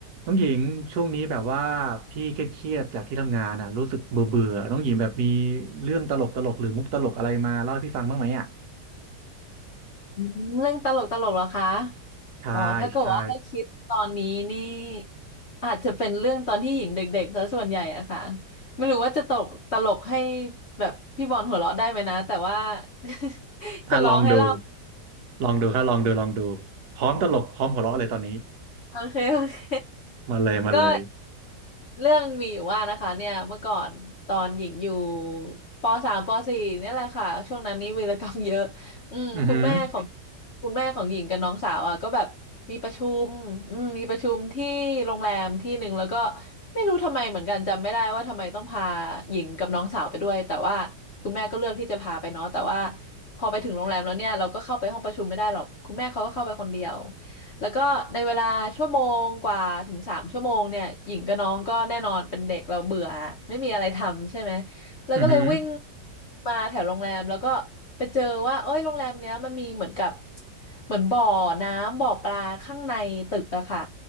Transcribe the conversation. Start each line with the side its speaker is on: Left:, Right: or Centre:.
Right: น้องหญิงช่วงนี้แบบว่าพี่เครียดๆจากที่ทำงานอ่ะรู้สึกเบื่อเบื่อน้องหญิงแบบมีเรื่องตลกตลกหรือมุกตลกอะไรมาเล่าให้พี่ฟังบ้างไหมอ่ะ
Left: อืมเรื่องตลกตลกเหรอคะ
Right: ใช่ใช่
Left: อ๋อถ้าเกิดว่าให้คิดตอนนี้นี่อาจจะเป็นเรื่องตอนที่หญิงเด็กๆซะส่วนใหญ่อะค่ะไม่รู้ว่าจะตกตลกให้แบบพี่บอลหัวเราะได้ไหมนะ แต่ว่า <laughs>
Right: อ่ะลองดู
Left: จะลองให้เล่า
Right: ลองดูครับลองดูลองดูพร้อมตลกพร้อมหัวเราะเลยตอนนี้
Left: โอเคโอเค
Right: มาเลยมาเลย
Left: <laughs> ก็ เรื่องมีอยู่ว่านะคะเนี่ยเมื่อก่อนตอนหญิงอยู่ปสามปสี่เนี่ยแหละค่ะช่วงนั้นนี่วีรกรรมเยอะอืมคุณแม่ของ
Right: อือหือ
Left: คุณแม่ของหญิงกับน้องสาวอ่ะก็แบบมีประชุมอืมมีประชุมที่โรงแรมที่หนึ่งแล้วก็ไม่รู้ทำไมเหมือนกันจำไม่ได้ว่าทำไมต้องพาหญิงกับน้องสาวไปด้วยแต่ว่าคุณแม่ก็เลือกที่จะพาไปเนาะแต่ว่าพอไปถึงโรงแรมแล้วเนี่ยเราก็เข้าไปห้องประชุมไม่ได้หรอกคุณแม่เขาก็เข้าไปคนเดียว แล้วก็ในเวลาชั่วโมงกว่าถึงสามชั่วโมงเนี่ยหญิงกับน้องก็แน่นอนเป็นเด็กเราเบื่ออะไม่มีอะไรทำใช่ไหมแล้วก็เลยวิ่ง
Right: อือหือ
Left: มาแถวโรงแรมแล้วก็ไปเจอว่าเอ้ยโรงแรมเนี้ยมันมีเหมือนกับเหมือนบ่อน้ำบ่อปลาข้างในตึกอะค่ะ